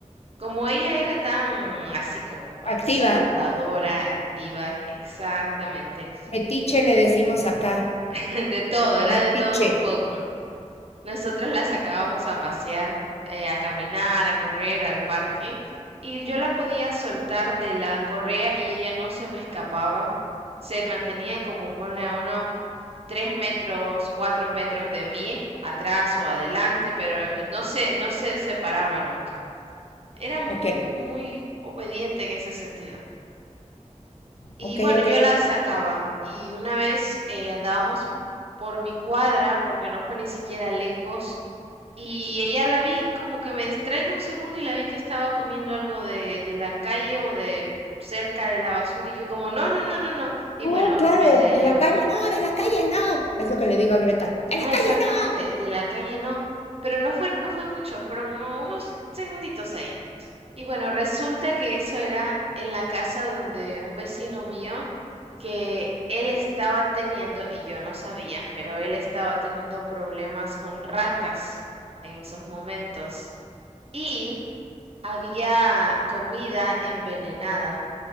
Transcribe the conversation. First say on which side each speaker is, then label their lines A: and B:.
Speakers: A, on the right (about 50°); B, on the left (about 55°).
A: Como ella era tan así como exploradora,
B: Activa.
A: activa, exactamente,
B: Metiche le decimos acá.
A: <laughs> de todo, era
B: Metiche.
A: de todo un poco. Nosotros la sacábamos a pasear, eh, a caminar, a correr al parque y yo la podía soltar de la correa y ella no se me escapaba. Se mantenía como ponle a unos tres metros, cuatro metros de mí, atrás o adelante, pero no se, no se separaba nunca. Era muy,
B: Ok,
A: muy obediente en ese sentido. Y
B: ok,
A: bueno,
B: ok.
A: yo la sacaba y una vez eh, andábamos por mi cuadra porque no fue ni siquiera lejos y ella la vi como que me distraigo un segundo y la vi que estaba comiendo algo de, de la calle o de cerca de la basura y yo como no, no, no, no, no y
B: No,
A: bueno,
B: claro,
A: me la
B: de
A: llevo.
B: la calle no, de la calle no. Es lo
A: Exacto.
B: que le digo a Greta. De
A: No,
B: la calle
A: exactamente,
B: no.
A: de la calle no, pero no fue, no fue mucho, fueron uno- unos segunditos ahí. Y bueno, resulta que eso era en la casa donde un vecino mío, que él estaba teniendo, y yo no sabía, pero él estaba teniendo problemas con ratas en esos momentos. Y había comida envenenada.